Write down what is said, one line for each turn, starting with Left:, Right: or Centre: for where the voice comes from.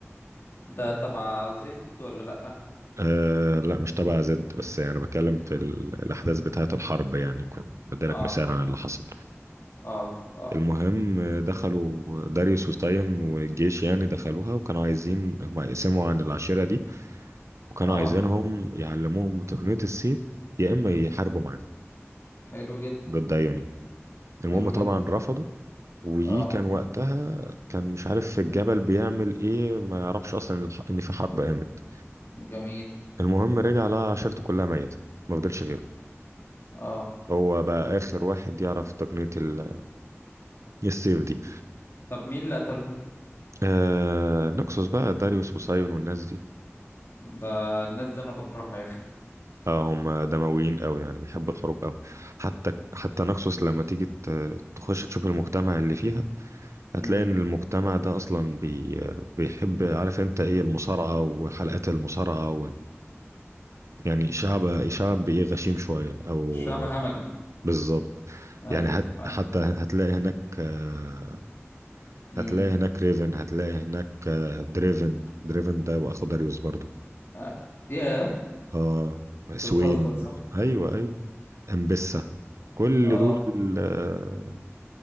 Left: ده تبع زد ولا لأ
Right: آه لا مش تبع زد بس يعني بتكلم في ال- الأحداث بتاعة الحرب يعني كان بديلك
Left: اه
Right: مثال عن اللي حصل
Left: اه اه
Right: المهم آه، دخلوا داريوس وساين والجيش يعني دخلوها وكانوا عايزين هم يقسموا عن العشيرة دي وكانوا
Left: اه
Right: عايزينهم يعلموهم تقنية السيف يا إما يحاربوا معاهم
Left: حلو جدا
Right: ضد أيوني المهم
Left: حلو
Right: طبعا
Left: جدا
Right: رفضوا وكان
Left: اه
Right: وقتها كان مش عارف في الجبل بيعمل ايه ما يعرفش اصلا إن الح- ان في حرب قامت
Left: جميل
Right: المهم رجع لقى عشيرته كلها ميتة ما فضلش غيره
Left: اه
Right: هو بقى اخر واحد يعرف تقنية ال- السيف دي
Left: طب مين اللي قتلهم
Right: آه نكسوس بقى داريوس وسايون والناس دي
Left: ده الناس دي انا بكرهها يا اخي
Right: اه هم دمويين قوي يعني بيحبوا الحروب قوي حتى حتى نكسوس لما تيجي ت- تخش تشوف المجتمع اللي فيها هتلاقي
Left: امم
Right: ان المجتمع ده اصلا بي بيحب عارف انت ايه المصارعة وحلقات المصارعة يعني شعب شعب ايه غشيم شوية او
Left: شعب همجي
Right: بالظبط
Left: ايوه
Right: يعني هت
Left: ايوه
Right: حتى هتلاقي هناك آه،
Left: امم
Right: هتلاقي هناك ريفن هتلاقي هناك آه، دريفن دريفن ده واخو داريوس برضو
Left: آه، ياه
Right: اه سوين
Left: انت بتهزر صح
Right: ايوه ايوه امبسة كل
Left: اه
Right: دول آه،